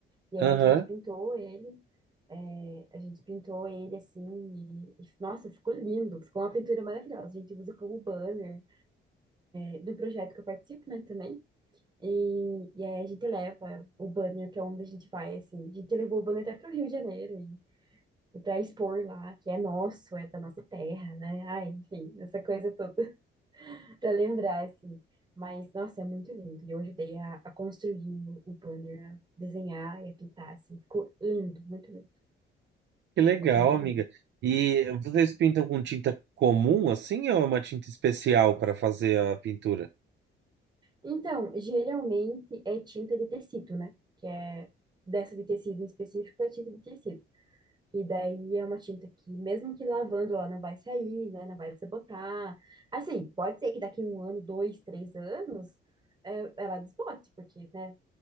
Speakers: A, on the right; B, on the right.
A: E aí
B: Aham,
A: a gente pintou ele, é, a gente pintou ele assim, e, e, nossa, ficou lindo, ficou uma pintura maravilhosa. A gente usa como banner, é, do projeto que eu participo, né, também. E, e aí a gente leva o banner para onde a gente vai, assim. A gente levou o banner até para o Rio de Janeiro para expor lá, que é nosso, é da nossa terra, né? Ai, enfim, essa coisa toda <laughs> para lembrar, assim. Mas, nossa, é muito lindo. E eu ajudei a, a construir o, o banner, a desenhar e a pintar, assim. Ficou lindo, muito lindo,
B: que legal,
A: muito lindo
B: amiga.
A: mesmo.
B: E vocês pintam com tinta comum assim ou é uma tinta especial para fazer a pintura?
A: Então, geralmente é tinta de tecido, né? Que é dessa de tecido em específico, é tinta de tecido. E daí é uma tinta que, mesmo que lavando, ela não vai sair, né? Não vai desbotar. Assim, pode ser que daqui um ano, dois, três anos, é, ela desbote, porque, né?